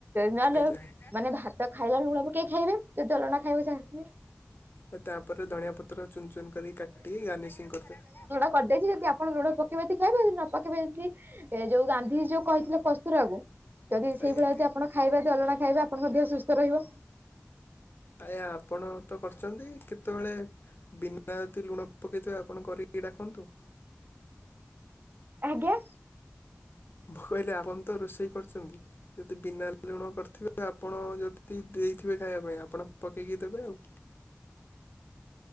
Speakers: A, on the right; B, on the left.
A: ନହେଲେ
B: ଆଜ୍ଞା। ଆଜ୍ଞା।
A: ମାନେ ଭାତ ତ ଖାଇଲା ବେଳେ ଲୁଣ ପକେଇ ଖାଇବେ ଯଦି ଅଲଣା ଖାଇବେ ସେମିତି
B: ତାପରେ ଧଣିଆଁ ପତ୍ର ଚୁନ ଚୁନ କରି କାଟିି ଗାର୍ନିସିଂ କରିଦେବେ।
A: କରିଦେଇକି ଯଦି ଆପଣ ଲୁଣ ପକେଇବେ ଯଦି ଖାଇବେ ନ ପକେଇବେ ଯଦି ଏଜ ଯୋଉ ଗାନ୍ଧି ଯୋଉ କହିଥିଲେ କସ୍ତୁରି ବାବୁ ଯଦି ସେଇଭଳିଆ
B: ଆଜ୍ଞା।
A: ଯଦି ଆପ ଆପଣ ଖାଇବା ଯଦି ଅଲଣା ଖାଇବେ ଆପଣଙ୍କ ଦେହ ସୁସ୍ଥ ରହିବ।
B: ଆଜ୍ଞା ଆପଣ ତ କରିଛନ୍ତି କେତେବେଳେ ବିନା ଯଦି ଲୁଣ ପକାଇଥିବେ ଆପଣ କରିକି ଡାକନ୍ତୁ।
A: ଆଜ୍ଞା।
B: ମୁଁ କହିଲି ଆପଣ ତ ରୋଷେଇ କରୁଛନ୍ତି। ଯଦି ବିନା ଲୁଣ କରିଥିବେ ଆପଣ ଯଦି ଦେଇଥିବେ ଖାଇବା ପାଇଁ ଆପଣ ପକେଇକି ଦେବେ ଆଉ